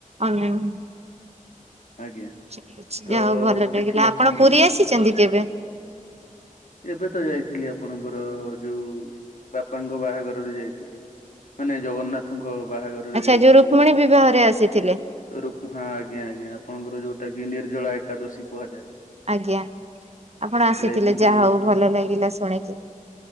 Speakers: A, on the right (about 50°); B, on the left (about 70°).
A: ଅନ୍ୟ ନାମ
B: ଆଜ୍ଞା
A: ଯା
B: ତ
A: ହେଉ ଭଲ ଲାଗିଲା
B: ଏଠି ଅଛନ୍ତି
A: ଆପଣ ପୁରୀ ଆସିଛନ୍ତି କେବେ?
B: ଏବେ ତ ଯାଇଥିଲି ଆପଣଙ୍କର ଯୋଉ ବାପାଙ୍କ ବାହାଘରରେ ଯାଇଥିଲି ମାନେ ଜଗନ୍ନାଥଙ୍କ ବାହାଘର
A: ଆଚ୍ଛା ଯୋଉ
B: ଥିଲି
A: ରୁକ୍ମଣୀ ବିବାହରେ ଆସିଥିଲେ
B: ରକୁଣା ଆଜ୍ଞ ଆପଣଙ୍କର ଯୋଉଟା କି ନିଜଳା ଏକାଦଶୀ କୁହାଯାଏ।
A: ଆଜ୍ଞା ଆପଣ ଆସିଥିଲେ
B: ଯାଇଥିଲି
A: ଯାହା ହଉ ଭଲ ଲାଗିଲା ଶୁଣିକି।